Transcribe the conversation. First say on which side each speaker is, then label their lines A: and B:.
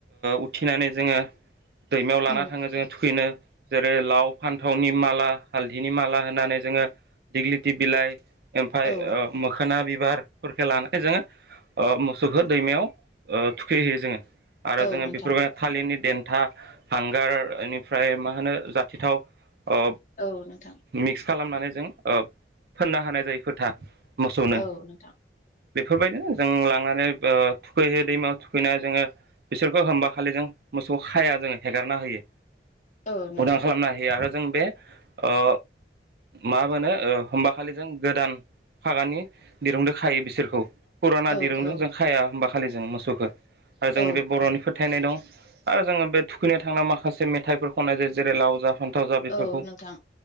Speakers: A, on the right; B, on the left.
A: उथि थिनानै जोङो दैमायाव लाना
B: उम
A: थाङो जोङो थुखैनो जेरै लाव फान्थावनि माला हालदैनि माला होनानै जोङो दिगलिथि बिलाइ ओमफ्राय
B: औ
A: ओ मोखोना बिबारफोरखौ लानानै जोङो मोसौखौ दैमायाव ओ थुखैहैयो जोङो आरो
B: औ
A: जोङो आरो
B: नोंथां
A: जों बेफोर थालिरनि था हांगार इनिफ्राय मा होनो जाथि थाव ओ
B: औ नोंथां
A: मिक्स खालामनानै जों ओ फोननो हानाय जायो फोथा। मोसौनो
B: औ नोंथां।
A: बेफोरबायदिनो जों लांनानै ओ थुखैहैयो। दैमायाव थुखैनानै जोङो बिसोरखौ होमबा खालि जों मोसौ खाया जोङो हेगारना होयो
B: औ नोंथां
A: उदां खालामना होयो आरो जों बे ओ मा होनो ओ होनबाखलि जों गोदान फागानि दिरुंदो खायो बिसोरखौ। पुराना
B: औ
A: दिरुंदों
B: औ
A: जों खाया होमबा खालि जों मोसौखौ आरो जोंनि
B: औ
A: बे बर'नि फोथायनाय दं आरो जोङो बे थुखैनो थांना माखासे मेथाइफोर खननाय जायो जेरै लाव जा फान्थाव जा
B: औ
A: बेफोरखौ।
B: नोंथां